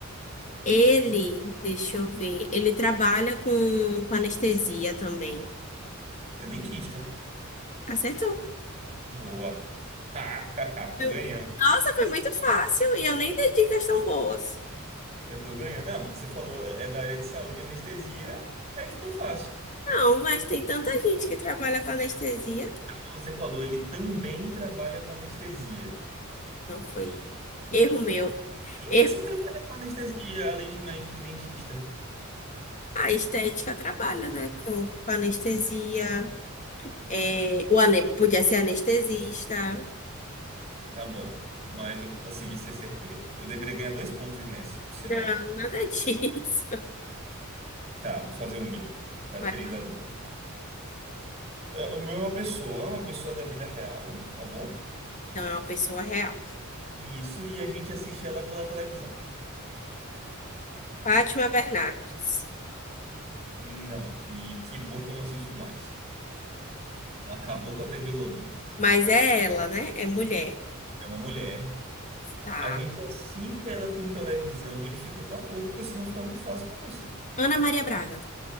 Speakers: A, on the left (about 35°); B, on the right (about 30°).
A: Ele, deixa eu ver, ele trabalha com, com anestesia também.
B: É dentista.
A: Acertou.
B: Boa. <laughs> Tô
A: Eu-
B: ganhando.
A: Nossa, foi muito fácil e eu nem dei dicas tão boas.
B: Eu tô ganhando. Ah, porque você falou é da área de saúde, anestesia. Aí ficou fácil.
A: Não, mas tem tanta gente que trabalha com anestesia.
B: É porque você falou, ele também trabalha com anestesia.
A: Não foi erro meu.
B: E
A: Erro.
B: mais que trabalha com anestesia, além de médico e dentista?
A: A estética trabalha, né? Com, com anestesia. É, o ane... Podia ser anestesista.
B: Tá bom, mas eu consegui ser certeiro. Eu deveria ganhar dois pontos nesse, por sinal.
A: Não, nada <laughs> disso.
B: Tá, vou fazer o meu. Tá
A: Vai
B: 3
A: lá.
B: a 2. O meu é uma pessoa, é uma pessoa da vida real, tá bom?
A: Então é uma pessoa real.
B: Isso, e a gente assiste ela pela televisão.
A: Fátima Bernardes.
B: Não, e que bom que eu não assisto mais. Ela acabou com a TV Globinho.
A: Mas é ela, né? É mulher.
B: É uma mulher.
A: Tá.
B: A gente assiste ela por televisão. Vou dificultar um pouco, porque senão fica muito fácil pra você.
A: Ana Maria Braga.